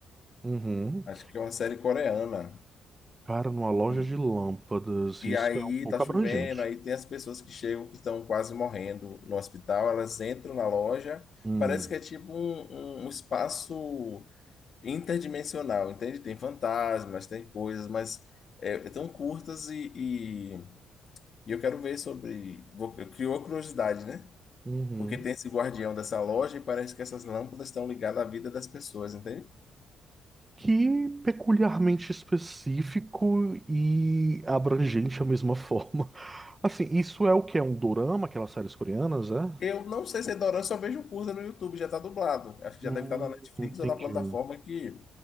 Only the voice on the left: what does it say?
Acho que é uma série coreana.
E,
e
aí
tá chovendo,
aí tem as pessoas que chegam que estão quase morrendo no hospital, elas entram na loja,
parece que é tipo um um- um espaço interdimensional, entende? Tem fantasmas, tem coisas, mas é, é tão curtas e, e, e eu quero ver sobre. vou- Criou curiosidade, né?
Porque tem esse guardião dessa loja e parece que essas lâmpadas estão ligadas à vida das pessoas, entende?
Eu não sei se é dorama, eu só vejo curta no YouTube, já tá dublado. Acho que
já deve estar na Netflix
ou na plataforma que